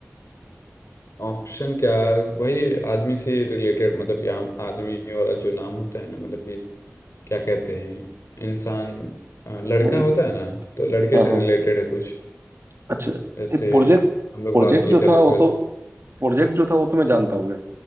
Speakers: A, on the left (about 80°); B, on the right (about 55°).
A: ऑप्शन क्या वही आदमी से रिलेटेड मतलब कि आम आदमी वाला जो नाम होता है ना मतलब कि क्या कहते हैं इंसान अ, लड़का
B: हाँ जी
A: होता है ना तो लड़के
B: हाँ
A: से
B: हाँ
A: रिलेटेड है कुछ
B: अच्छा नहीं
A: जैसे
B: प्रोजेक्ट
A: हम लोग
B: प्रोजेक्ट
A: बात किए
B: जो
A: थे अभी
B: था वो
A: थोड़े
B: तो
A: देर
B: प्रोजेक्ट जो था वो तो मैं जानता हूँ मैं